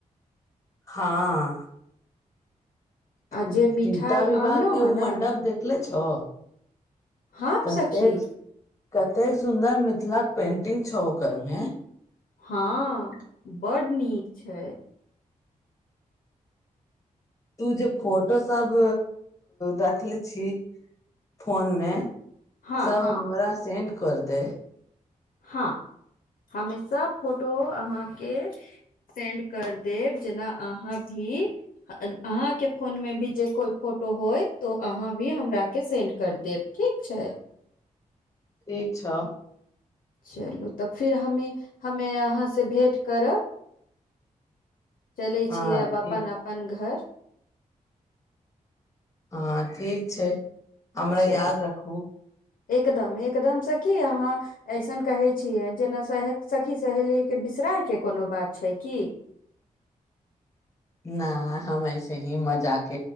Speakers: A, on the left; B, on the left.
A: हँ
B: आ
A: सीता
B: जे मिठाई
A: विवाह
B: आनलो
A: के
B: ह
A: ओ
B: न
A: मंडब देख लै छौ
B: हाँप
A: कतेक
B: सखी
A: कतेक सुन्दर मिथिलाक पेंटिंग छौ ओकरमे
B: हँ बड़ नीक छै
A: तू जे फोटो सब रखले छी फोन मे
B: हाँ
A: सब
B: हाँ
A: हमरा सेंड कर दे
B: हँ हमे सब फोटो अहाँके सेंड कर देब जेना आहाँ भी अहाँके फोनमे भि जेऽ कोय फोटो होयतऽ त ओ आहाँ भी हमराके सेंड करि देब ठीक छै
A: ठीक छ
B: चलू तऽ फिर हमे हमे आहाँसँ भेँट करब चलै
A: हँ
B: छियै अब
A: ठीक
B: अपन अपन घर
A: हँ ठीक छै हमरा
B: चलू
A: याद रखू
B: एकदम एकदम सखी अहाँ ऐसन कहै छियै जेना सह सखी सहेलीके बिसरायके कोनो बात छै कि
A: न हम ऐसे हीं मजाक